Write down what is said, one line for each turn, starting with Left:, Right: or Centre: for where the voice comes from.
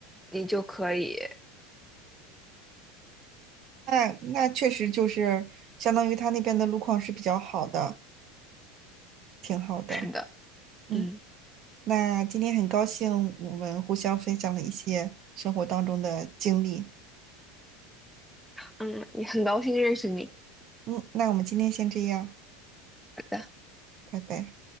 Centre: 你就可以。
Right: 那那确实就是相当于他那边的路况是比较好的，挺好的。
Centre: 是的，
Right: 嗯，
Centre: 嗯
Right: 那今天很高兴我们互相分享了一些生活当中的经历。
Centre: 嗯，也很高兴认识你。
Right: 嗯，那我们今天先这样，
Centre: 好的。
Right: 拜拜。